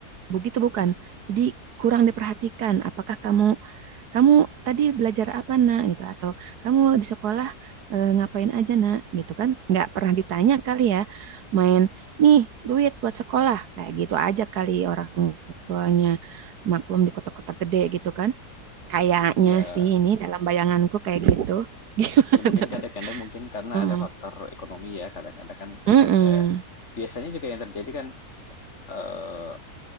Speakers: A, on the right; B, on the left.
A: begitu bukan. Jadi kurang diperhatikan apakah kamu kamu tadi belajar apa nak gitu atau kamu di sekolah eh, ngapain aja nak gitu kan nggak pernah ditanya kali ya main nih duit buat sekolah kayak gitu aja kali orang tuanya maklum di kota-kota gede gitu kan kayaknya
B: Ya
A: sih ini dalam bayanganku kayak gitu <laughs> gimana
B: ya mungkin kadang-kadang
A: tuh?
B: mungkin karena
A: Mm-mm.
B: ada faktor ekonomi ya, kadang-kadang kan
A: Mm-mm.
B: ada biasanya juga yang terjadi kan, eee,